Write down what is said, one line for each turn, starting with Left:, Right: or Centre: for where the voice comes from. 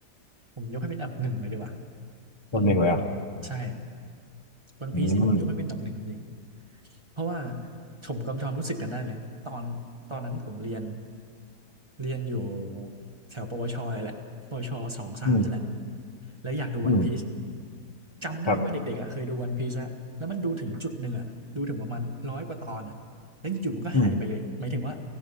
Right: ผมยกให้เป็นอันดับหนึ่งเลยดีกว่า
Left: ตัวหนึ่งเลยอ่ะ
Right: อืมใช่วันพีซนี่ผมยกให้เป็นอันดับหนึ่งจริง
Left: อืม
Right: ๆเพราะว่าผมกำชอมรู้สึกกันได้เลยตอนตอนนั้นผมเรียน เรียนอยู่แถวปวชเลยแหละปวชสองสามนั่นแหละ
Left: อืม
Right: แล้วอยากดูวันพีซ
Left: อืม
Right: จำได้ว่าเด็กๆอะเคยดูวันพีซอะแล้วมันดูถึงจุดหนึ่งอะดูถึงประมาณร้อยกว่าตอนอะแล้วอยู่ๆมันก็หายไปเลยหมายถึงว่า
Left: ครับอืม